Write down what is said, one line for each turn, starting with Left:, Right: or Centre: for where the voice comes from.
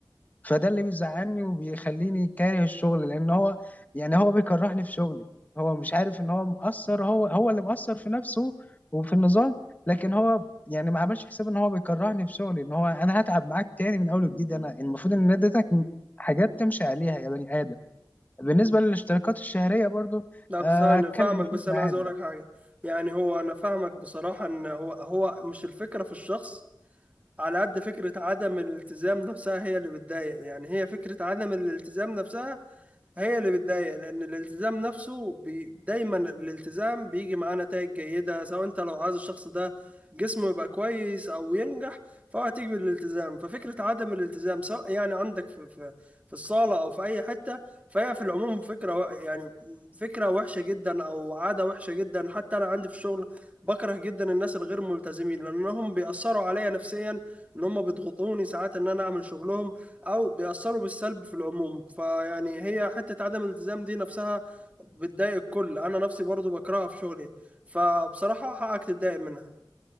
Left: فده اللي بيزعلني وبيخليني كاره الشغل لان هو يعني هو بيكرهني في شغلي هو مش عارف ان هو مقصر هو هو اللي مقصر في نفسه وفي النظام لكن هو يعني ما عملش حساب ان هو بيكرهني في شغلي ان هو انا هتعب معاك تاني من اول وجديد انا المفروض ان أنا اديتك حاجات تمشي عليها يا بني ادم بالنسبة للاشتراكات الشهرية برضو
Right: لا بس
Left: آه،
Right: انا
Left: هتكلم
Right: فاهمك
Left: فيك
Right: بس انا
Left: معاها
Right: عايز
Left: دلوقتي
Right: اقول لك حاجة يعني هو انا فاهمك بصراحة ان هو هو مش الفكرة في الشخص على قد فكرة عدم الالتزام نفسها هي اللي بتضايق يعني هي فكرة عدم الالتزام نفسها هي اللي بتضايق لان الالتزام نفسه بي... دايما الالتزام بيجي معاه نتائج جيده سواء انت لو عايز الشخص ده جسمه يبقى كويس او ينجح فهو هتيجي بالالتزام ففكره عدم الالتزام سواء يعني عندك في في في الصاله او في اي حته فهي في العموم فكره و... يعني فكره وحشه جدا او عاده وحشه جدا حتى انا عندي في الشغل بكره جدا الناس الغير ملتزمين لانهم بيأثروا عليا نفسيا ان هم بيضغطوني ساعات ان انا اعمل شغلهم او بيأثروا بالسلب في العموم فيعني هي حتة عدم الالتزام دي نفسها بتضايق الكل انا نفسي برضو بكرهها في شغلي فبصراحة حقك تتضايق منها